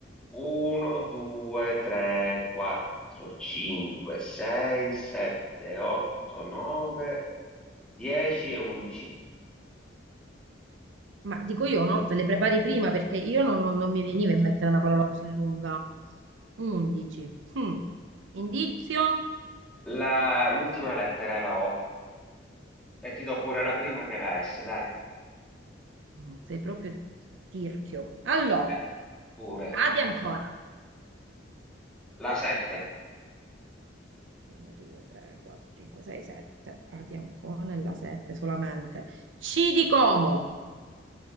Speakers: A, in the centre; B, on the right.
A: 1, 2, 3, 4, 5, 6, 7, 8, 9, 10 e 11.
B: Ma dico io no, te le prepari prima perché io non, non- non mi veniva in mente una parola così lunga. 11. Mm. Indizio?
A: La- L'ultima lettera è la O e ti do pure la prima che è la S, dai.
B: Mm, Sei proprio tirchio. Allora,
A: Eh, pure.
B: A di Ancona.
A: La 7,
B: 1, 2, 3, 4, 5, 6, 7. A di Ancona e la 7 solamente. C di Como.